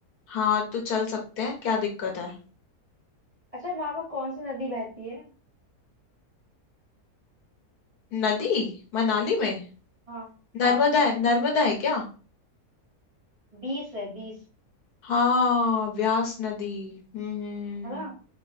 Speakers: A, on the left; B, on the right.
A: हाँ तो चल सकते हैं क्या दिक्कत है
B: अच्छा वहां पर कौन सी नदी बहती है
A: नदी मनाली में
B: हाँ
A: नर्मदा
B: हाँ
A: है नर्मदा है क्या
B: बीस है बीस
A: हाँ व्यास नदी हम्म हम्म, हम्म।
B: है ना